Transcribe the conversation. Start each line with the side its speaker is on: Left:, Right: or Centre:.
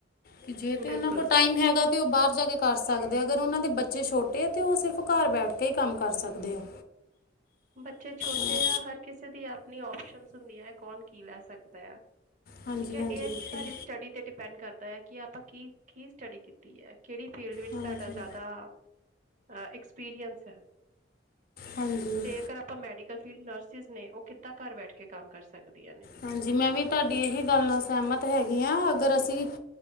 Left: ਕੀ ਜੇ ਤੇ
Right: ਬਿਲਕੁਲ
Left: ਓਨਾ ਕੋਲ ਟਾਈਮ ਹੈਗਾ ਤੇ ਓ ਬਾਰ ਜਾ ਕੇ ਕਰ ਸਕਦੇ ਆ ਅਗਰ ਓਨਾਂ ਦੇ ਬੱਚੇ ਛੋਟੇ ਆ ਤੇ ਓ ਸਿਰਫ ਘਰ ਬੈਠ ਕੇ ਈ ਕੰਮ ਕਰ ਸਕਦੇ ਆ।
Right: ਬੱਚੇ ਛੋਟੇ
Left: ਹਨਾ।
Right: ਆ ਹਰ ਕਿਸੇ ਦੀ ਆਪਨੀ ਓਪਸ਼ਨਸ ਹੁੰਦੀ ਐ ਕੌਨ ਕੀ ਲੈ ਸਕਦੈ ਆ।
Left: ਹਾਂਜੀ
Right: ਠੀਕ ਐ
Left: ਹਾਂਜੀ
Right: ਏ
Left: ਬਿਲਕੁਲ
Right: ਤਾਡੀ ਸਟੱਡੀ ਤੇ ਡਿ ਡਿਪੈਂਡ ਕਰਦਾ ਐ ਕੀ ਆਪਾਂ ਕੀ-ਕੀ ਸਟੱਡੀ ਕੀਤੀ ਐ ਕੇੜੀ ਫੀਲਡ ਵਿੱਚ
Left: ਹਾਂਜੀ
Right: ਸਾਡਾ ਜਾਦਾ ਅ ਐਕਸਪੀਰੀਅੰਸ ਐ।
Left: ਹਾਂਜੀ
Right: ਤੇ ਕਰ ਆਪਾਂ ਮੈਡੀਕਲ ਫੀਲਡ ਨਰਸਿਸ ਨੇ, ਉਹ ਕਿੱਦਾਂ ਘਰ ਬੈਠ ਕੇ ਕੰਮ ਕਰ ਸਕਦੀਆਂ ਨੇ?
Left: ਹਾਂਜੀ, ਮੈਂ ਵੀ ਤੁਹਾਡੀ ਇਹੀ ਗੱਲ ਨਾਲ ਸਹਿਮਤ ਹੈਗੀ ਹਾਂ, ਅਗਰ ਅਸੀਂ